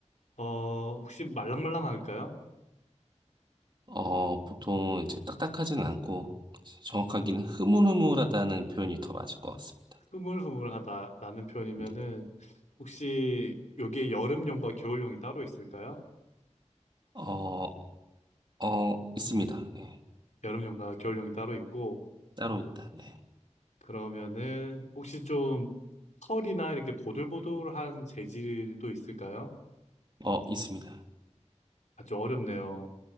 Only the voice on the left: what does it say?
어, 혹시 말랑말랑할까요?
흐물흐물하다 라는 표현이면은
혹시 여기에 여름용과 겨울용이 따로 있을까요?
여름용과 겨울용이 따로 있고,
그러면은 혹시 좀 털이나 이렇게 보들보들한 재질도 있을까요?
아주 어렵네요.